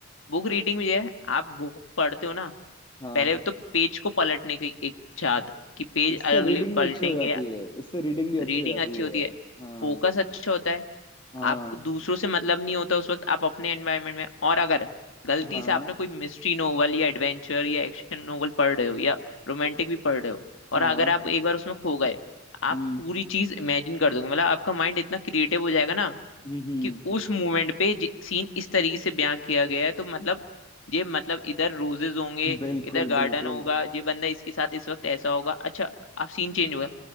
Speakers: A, on the left; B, on the left.
A: बुक रीडिंग में ये है आप बुक पढ़ते हो ना
B: हाँ
A: पहले तो पेज को पलटने की इच्छा आत- कि पेज
B: इससे
A: अलग
B: रीडिंग
A: अलग पलटेंगे
B: भी अच्छी हो जाती है इससे रीडिंग भी अच्छी
A: रीडिंग
B: हो जाती
A: अच्छी
B: है
A: होती है
B: हाँ
A: फोकस अच्छा होता है
B: हाँ
A: आपको दूसरों से मतलब नहीं होता उस वक्त आप अपने एनवायरनमेंट में और अगर गलती
B: हाँ
A: से आपने कोई मिस्ट्री नोवेल या एडवेंचर या एक्शन नोवेल पढ़ रहे हो या रोमांटिक भी पढ़ रहे हो और
B: हाँ
A: अगर आप एक बार उसमें खो गए आप
B: हम्म
A: पूरी चीज इमेजिन कर दोगे मतलब आपका माइंड इतना क्रिएटिव हो जाएगा ना
B: हम्म हम्म,
A: कि उस मोमेंट पे सीन इस तरीके से बयां किया गया है तो मतलब ये मतलब इधर रोजेज होंगे
B: बिल्कुल
A: इधर गार्डन
B: बिल्कुल
A: होगा ये बंदा इसके साथ इस वक्त ऐसा होगा अच्छा आप सीन चेंज होगा